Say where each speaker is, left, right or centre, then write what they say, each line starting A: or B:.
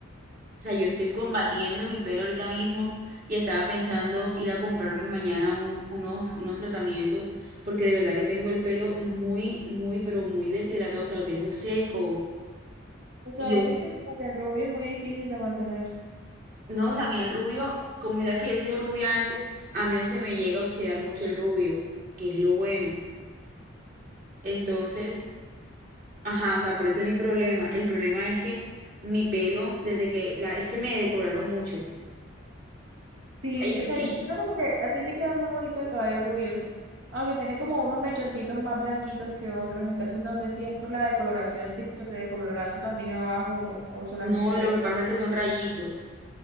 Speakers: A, on the right; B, on the right.
A: O sea, yo estoy combatiendo mi pelo ahorita mismo y estaba pensando ir a comprarme mañana un- unos, unos tratamientos, porque de verdad que tengo el pelo muy, muy, pero muy deshidratado, o sea, lo tengo seco.
B: O sea,
A: Y yo,
B: dices que como que el rubio es muy difícil de mantener.
A: no, o sea, a mí el rubio, como sabes que yo he sido rubia antes, a mí no se me llega a oxidar mucho el rubio, que es lo bueno. Entonces... Ajá, o sea, por eso no hay problema. El problema es que mi pelo, desde que la, es que me decoloraron mucho. O
B: Sí,
A: sea, y,
B: o sea,
A: y-
B: yo creo como que a ti te queda muy bonito el cabello rubio, aunque tienes como unos mechoncitos más blanquitos que otros, entonces no sé si es por la decoloración, tipo que te decoloraron también abajo o solamente...
A: no, lo
B: arriba.
A: que pasa es que son rayitos.